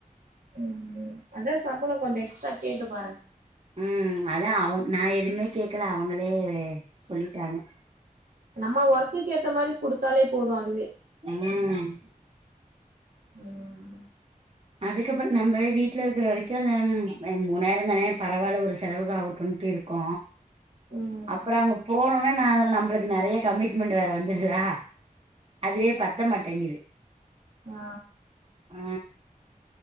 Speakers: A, on the right; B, on the right.
A: ம் அதா சம்பள கொஞ்சோ எக்ஸ்ட்ரா கேட்டு பாருங்க
B: ம் அதா அவ நா எதுமே கேக்கல அவங்களே சொல்லிட்டாங்க
A: நம்ம ஒர்க்குக்கு ஏத்த மாரி குடுத்தாலே போது அதுவே
B: ம்
A: ம்
B: அதுக்கப்பற நம்ம வீட்ல இருக்குற வரைக்கு அந்த மூணாயிர தான பரவால்ல ஒரு செலவுக்கு ஆவு டொன்டி இருக்கு
A: ம்
B: அப்ற அங்க போனோன்னே நம்மளுக்கு நெறய கமிட்மெண்ட் வேற வந்துருதா அதுவே பத்த மாட்டேங்குது
A: ஆ
B: ஆ